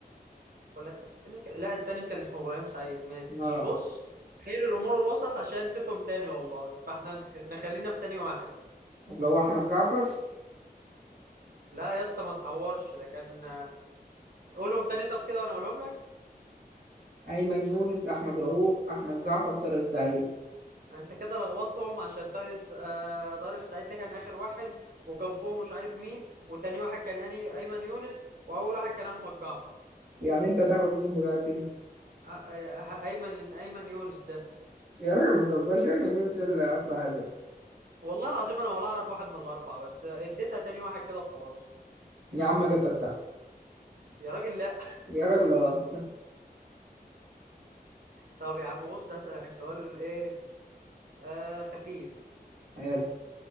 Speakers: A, on the right; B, on the right.
A: ولا التاني ك... لا التاني كان اسمه ابراهيم سعيد ماشي
B: اه
A: بص خير الامور الوسط عشان نسيتهم تاني والله فاحنا نخ... نخلينا في تاني واحد
B: اللي هو احمد جعفر
A: لا يا اسطى ما تحورش ده كان قولهم تاني طب كده وانا اقولهم لك
B: ايمن يونس احمد رؤوف احمد جعفر طارق السعيد
A: انت كده لخبطتهم عشان طارق س- آه، طارق السعيد ده كان اخر واحد وكان فوق مش عارف مين وتاني واحد كان اني ايمن يونس واول واحد كان احمد جعفر
B: يعني انت تاخد مين دلوقتي
A: آه، آه، ايمن ايمن يونس ده
B: يا راجل ما تهزرش ايمن يونس هي اللي اسرع هدف
A: والله العظيم انا ولا اعرف واحد من الاربعه بس اديتها تاني واحد كده وخلاص
B: يا عم اجابتك صح
A: يا راجل لا
B: يا راجل اه
A: طب يا عم بص هسألك سؤال ايه آه خفيف
B: عيال